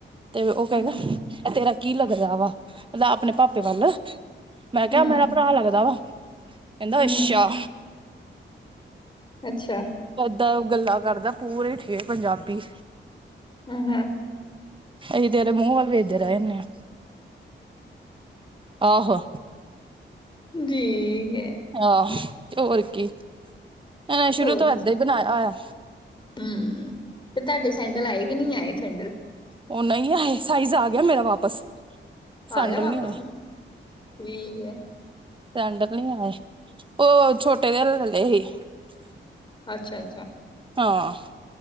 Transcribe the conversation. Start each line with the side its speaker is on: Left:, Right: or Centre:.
Right: ਤੇ ਉਹ ਕਹੇਗਾ
Left: ਹਾਂ
Right: ਇਹ ਤੇਰਾ। ਕੀ ਲੱਗਦਾ ਵਾ ਮਤਲਬ ਆਪਣੇ ਪਾਪੇ ਵੱਲ। ਮੈਂ ਕਿਹਾ
Left: ਹਾਂ
Right: ਮੇਰਾ ਭਰਾ ਲੱਗਦਾ ਵਾ। ਕਹਿੰਦਾ
Left: ਹਾਂ
Right: ਅੱਛਾ।
Left: ਅੱਛਾ।
Right: ਜਿੰਦਾ ਗੱਲਾਂ ਕਰਦਾ ਪੂਰੇ ਠੇਠ ਪੰਜਾਬੀ।
Left: ਹੂੰ-ਹੂੰ।
Right: ਅਸੀਂ ਤੇਰੇ ਮੂੰਹ ਵੱਲ ਵੇਖਦੇ ਰਹਿ ਜਾਂਨੇ ਆ। ਆਹੋ।
Left: ਜੀ ਹੈ।
Right: ਆਹ ਹੋਰ ਕੀ। ਇਹਨਾਂ ਨੇ ਸ਼ੁਰੂ
Left: ਹੋਰ
Right: ਤੋਂ ਏਦਾਂ ਹੀ ਬਣਾਇਆ ਹੋਇਆ
Left: ਹੂੰ ਤੇ ਤੁਹਾਡੇ ਸੈਂਡਲ ਆਏ ਨਹੀਂ ਆਏ ਸੈਂਡਲ।
Right: ਉਹ ਨਹੀਂ ਆ ਸਾਈਜ਼ ਆ ਗਿਆ ਮੇਰਾ ਵਾਪਸ। ਸੈਂਡਲ
Left: ਆ ਗਿਆ ਵਾਪਸ
Right: ਨੀ ਆਏ,
Left: ਠੀਕ ਹੈ
Right: ਸੈਂਡਲ ਨੀ ਆਏ। ਉਹ ਛੋਟੇ ਦੇ ਲੈਲੇ ਸੀ। <unintelligible>
Left: ਅੱਛਾ-ਅੱਛਾ।
Right: ਹਾਂ।